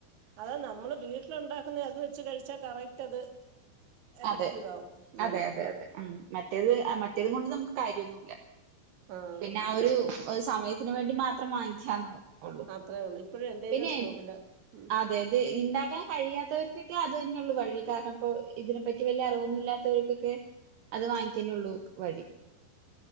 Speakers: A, on the right (about 55°); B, on the right (about 70°).
A: അതാ നമ്മള് വീട്ടിലുണ്ടാ അത് വെച്ച് കഴിച്ചാ കറക്റ്റ് അത് എഫക്റ്റീവ്
B: അതെ
A: ആവും
B: അതെ
A: ഉം
B: അതെ അതെ ഉം മറ്റേത് മറ്റേത് കൊണ്ട് നമുക്ക് കാര്യന്നുല്ല
A: ആഹ്
B: പിന്നെ ആ ഒരു ഒരു സമയത്തിന് വേണ്ടി മാത്രം വാങ്ങിക്കാന്ന്
A: അത്രേ ഉള്ളൂ ഇപ്പോഴും എന്റെലും
B: പിന്നെ
A: സ്റ്റോക്കില്ല ഉം
B: അതെത് ഇണ്ടാക്കാൻ കഴിയാത്തവർക്കൊക്കെ അത് തന്നെ ഉള്ളു വഴി കാരണം ഇപ്പോ ഇതിന് പറ്റി വല്ല്യ അറിവൊന്നുംമില്ലാ ത്തവർക്കൊക്കെ അത് വാങ്ങിക്കന്നെ ഉള്ളൂ വഴി